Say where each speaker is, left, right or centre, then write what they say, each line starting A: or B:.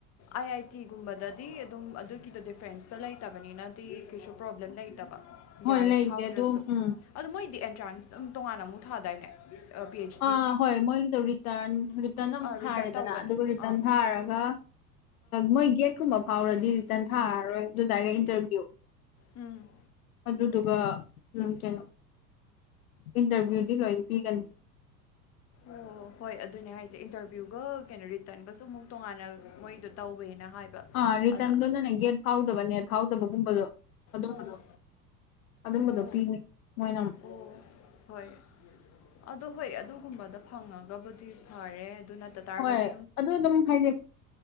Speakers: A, on the left (about 30°); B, on the left (about 60°).
A: ꯑꯥꯏ ꯑꯥꯏ ꯇꯤꯒꯨꯝꯕꯗꯗꯤ ꯑꯗꯨꯝ ꯑꯗꯨꯒꯤꯗꯣ ꯗꯤꯐ꯭ꯔꯦꯟꯁꯇ ꯂꯩꯇꯕꯅꯤꯅꯗꯤ ꯀꯩꯁꯨ ꯄ꯭ꯔꯣꯕ꯭ꯂꯦꯝ ꯂꯩꯇꯕ
B: ꯍꯣꯏ
A: ꯌꯥꯔꯦ
B: ꯂꯩꯇꯦ
A: ꯐꯥꯎꯗ꯭ꯔꯁꯨ
B: ꯑꯗꯨ ꯎꯝ
A: ꯑꯗꯨ ꯃꯣꯏꯗꯤ ꯑꯦꯟꯇ꯭ꯔꯥꯟꯁ ꯑꯗꯨꯝ ꯇꯣꯉꯥꯟꯅ ꯑꯃꯨꯛ ꯊꯥꯗꯥꯏꯅꯦ ꯄꯤ ꯍꯩꯢ
B: ꯑꯥ ꯍꯣꯏ ꯃꯣꯏꯒꯤꯗꯣ ꯔꯤꯇꯔꯟ ꯔꯤꯇꯟ ꯑꯃꯨꯛ
A: ꯑꯥ
B: ꯊꯥꯔꯦꯗꯅ
A: ꯔꯤꯇꯔꯟ ꯇꯧꯕꯅꯦ
B: ꯑꯗꯨꯒ ꯔꯤꯇꯔꯟ
A: ꯑꯥ
B: ꯊꯥꯔꯒ ꯃꯣꯏ ꯒꯦꯠꯀꯨꯝꯕ ꯐꯥꯎꯔꯗꯤ ꯔꯤꯇꯔꯟ ꯊꯥꯔꯔꯣꯏ ꯑꯗꯨꯗꯥꯏꯔ ꯏꯟꯇꯔꯚꯤꯌꯨ
A: ꯎꯝ
B: ꯑꯗꯨꯗꯨꯒ ꯀꯩꯅꯣ ꯏꯟꯇꯔꯚꯤꯌꯨꯗꯤ ꯂꯣꯏꯅ ꯄꯤꯒꯅꯤ
A: ꯑꯣ ꯍꯣꯏ ꯑꯗꯨꯅꯦ ꯍꯥꯏꯁꯦ ꯏꯟꯇꯔꯚꯤꯌꯨꯒ ꯀꯩꯅꯣ ꯔꯤꯇꯔꯟꯒꯁꯨ ꯑꯃꯨꯛ ꯇꯣꯉꯥꯟꯅ ꯃꯣꯏꯗꯣ ꯇꯧꯋꯦꯅ ꯍꯥꯏꯕ
B: ꯑꯥ ꯔꯤꯇꯔꯟꯗꯨ
A: ꯑꯗ
B: ꯅꯪ ꯒꯦꯠ ꯐꯥꯎꯗꯕꯅꯦ ꯊꯥꯎꯗꯕꯒꯨꯝꯕꯗꯣ ꯑꯗꯨꯝꯕꯗꯣ
A: ꯑꯣ
B: ꯑꯗꯨꯝꯕꯗꯣ
A: ꯑꯣ
B: ꯄꯤꯅꯤ ꯃꯣꯏꯅ
A: ꯑꯣ ꯍꯣꯏ ꯑꯣ ꯍꯣꯏ ꯑꯗꯨꯒꯨꯝꯕꯗ ꯐꯪꯉꯒꯕꯨꯗꯤ ꯐꯔꯦ ꯑꯗꯨ ꯅꯠꯇ ꯇꯥꯔꯒꯗꯤ
B: ꯍꯣꯏ ꯑꯗꯨ ꯑꯗꯨꯝ ꯍꯥꯏꯖꯦ